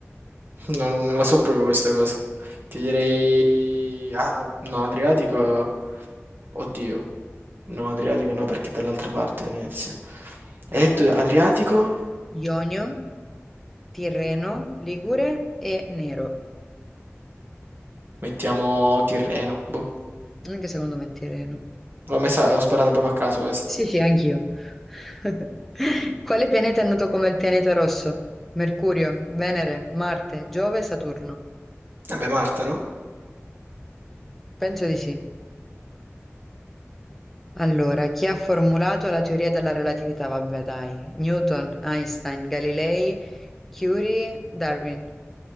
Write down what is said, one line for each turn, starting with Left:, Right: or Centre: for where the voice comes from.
Right: non, non la so proprio questa cosa. Ti direi... ah, no, Adriatico... Oddio, no, Adriatico no perché è dall'altra parte Venezia. Hai detto Adriatico?
Centre: Ionio, Tirreno, Ligure e Nero.
Right: Mettiamo Tirreno. Boh.
Centre: Anche secondo me è Tirreno.
Right: L'ho messa, l'ho sparata proprio a caso questa.
Centre: Sì, sì, anch'io. <laughs> Quale pianeta è noto come il pianeta rosso? Mercurio, Venere, Marte, Giove, Saturno.
Right: Vabbè, Marta, no?
Centre: Penso di sì. Allora, chi ha formulato la teoria della relatività? Vabbè, dai. Newton, Einstein, Galilei, Curie, Darwin.